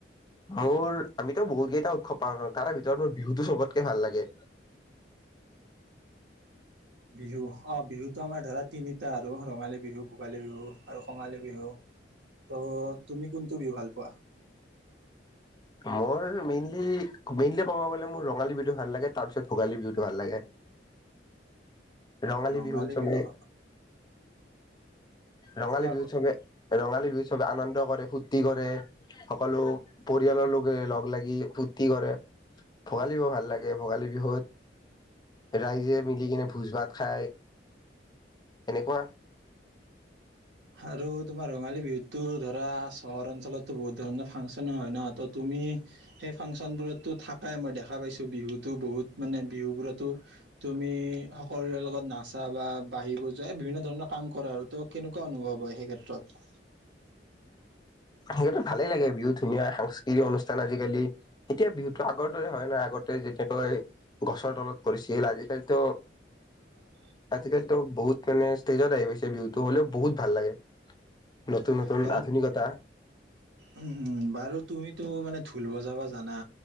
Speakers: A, on the left; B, on the right.
A: মোৰ আমিতো বহুত কেইটা উৎসৱ পালন কৰো তাৰ ভিতৰত মোৰ বিহুটো চ'বতকে ভাল লাগে।
B: বিহু অ বিহুতো আমাৰ ধৰা তিনিটা আৰু ৰঙালী বিহু ভোগালী বিহু আৰু কঙালী বিহু। ত' তুমি কোনটো বিহু ভাল পোৱা?
A: মোৰ মেইনলি মেইনলি ক'ব গ'লে মোৰ ৰঙালী বিহুতো ভাল লাগে তাৰ পিছত ভোগালী বিহুতো ভাল লাগে ৰঙালী
B: ৰঙালি
A: বিহুত চবে
B: বিহু
A: ৰঙালী
B: কোৱা
A: বিহু
B: কোৱা
A: চ'বে ৰঙালী বিহুত চবে আনন্দ কৰে ফূৰ্তি কৰে সকলো পৰিয়ালৰ লোকে লগ লাগি ফূৰ্তি কৰে ভোগালী বিহু ভাল লাগে ভোগালী বিহুত ৰাইজে মিলি কিনে ভোজ ভাত খাই এনেকুৱা
B: আৰু তোমাৰ ৰঙালী বিহুটো ধৰা চহৰ অঞ্চলতো বহুত ধৰণৰ ফাংচনো হয় ন তো তুমি সেই ফাংচন বোৰতো থাকাই মই দেখা পাইছো বিহুতো বহুত মানে বিহু বোৰতো তুমি সৰে লগত নাচা বাঢ়িব যায় বিভিন্ন ধৰণৰ কাম কৰে আৰু ত কেনেকু কেনেকুৱা অনুভৱ হয় সেই ক্ষেত্ৰত?
A: সেইতো ভালেই লাগে বিহুত ধুনীয়া সাংস্কৃতিক অনুষ্ঠান আজিকালি এতিয়া বিহুতো আগৰ দৰে হয় নাই আগতে যেনেকৈ গছৰ তলত কৰিছিল আজিকালিতো
B: <inaudible>
A: আজিকালিতো বহুত মানে ষ্টেজত আহি পাইছে বিহুটো হ'লেও বহুত ভাল লাগে। নতুন নতুন
B: বাৰু
A: আধুনিকতা।
B: উম, উম বাৰু তুমিতো মানে ঢোল বজাব জানা